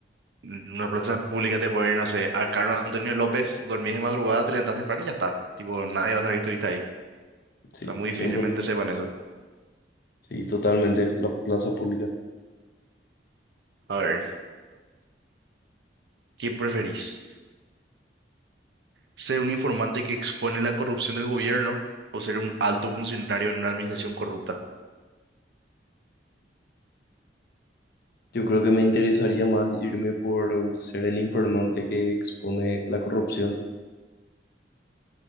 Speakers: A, on the right; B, on the left.
A: en una plaza pública, te puede ir, no sé, a Carlos Antonio López, dormís de madrugada, te levantás temprano y ya está. Tipo, nadie va a saber que estuviste ahí.
B: sí,
A: O sea, muy
B: 100%,
A: difícilmente sepan eso.
B: sí, totalmente, la plaza pública.
A: A ver, ¿qué preferís? ¿Ser un informante que expone la corrupción del gobierno o ser un alto funcionario en una administración corrupta?
B: Yo creo que me interesaría más irme por ser el informante que expone la corrupción.